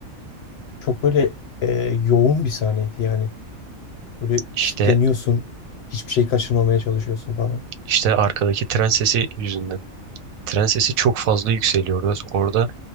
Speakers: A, on the left; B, on the right.
A: Çok böyle e, yoğun bir sahneydi yani. Böyle
B: işte
A: kilitleniyorsun. Hiçbir şey kaçırmamaya çalışıyorsun falan.
B: İşte arkadaki tren sesi yüzünden. Tren sesi çok fazla yükseliyor orada. Orada